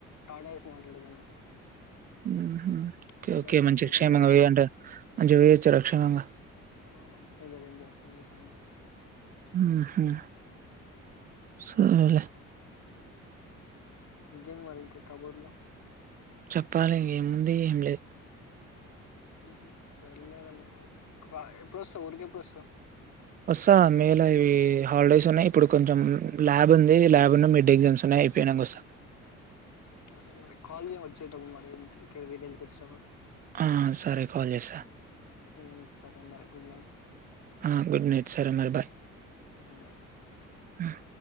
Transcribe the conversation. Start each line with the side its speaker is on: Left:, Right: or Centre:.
Left: టాటా ఏసీ మాట్లాడుకున్నాం
Right: మ్మ్ ఉమ్మ్ ఓకే
Left: టాటాఏసి
Right: ఓకే మంచిగా
Left: మాట్లాడుకొని
Right: క్షేమంగ
Left: ఇక
Right: పోయి అంటే మంచిగా వేయొచ్చు రక్షణంగా.
Left: ఆ మంచిగనే జరిగింది దర్శనం గిట్లా అంతా
Right: మ్మ్ ఉహ్మ్
Left: మ్మ్
Right: సర్లే
Left: ఇంకేంది మరి ఇంకా కబుర్లు
Right: చెప్పాలి ఏముంది ఏం లేదు
Left: మ్మ్ హ్మ్ సర్లేలే కదా ఎప్పుడొస్తావ్ ఊరికి ఎప్పుడోస్తావ్
Right: వసా మేల ఇవి హాలిడేస్ ఉన్నాయి ఇప్పుడు కొంచెం ల్యాబ్ ఉంది ల్యాబ్ ఉన్న మిడ్ ఎగ్జామ్స్ ఉన్నాయ్ అయిపోయినంక వసా
Left: మ్మ్ సరే మరి కాల్ చేయి వచ్చేటప్పుడు మరి ఇంటికి విలేజ్‌కి వచ్చేటప్పుడు
Right: ఆ సరే కాల్ చేసా
Left: ఉమ్ సరే మరి గుడ్ నైట్
Right: ఆ గుడ్ నైట్ సారే మరి బాయ్
Left: బాయ్
Right: మ్మ్